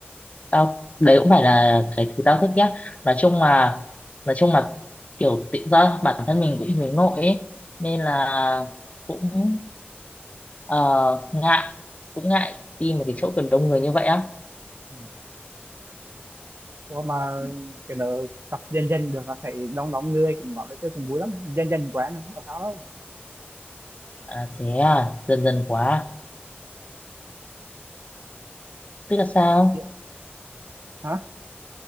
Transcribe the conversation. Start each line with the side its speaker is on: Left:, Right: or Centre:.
Left: tao đấy cũng phải là cái thứ tao thích nhá nói chung là nói chung là kiểu tự do bản thân mình cũng hướng nội ấy nên là cũng ờ, ngại cũng ngại đi một cái chỗ kiểu đông người như vậy á
Right: Ừ. còn mà kiểu nữa tập dần dần được là thầy đông đông người cũng gọi là chơi cũng vui lắm dần dần quen không có sao đâu
Left: à, thế à dần dần quá tức là sao
Right: Chứ- hả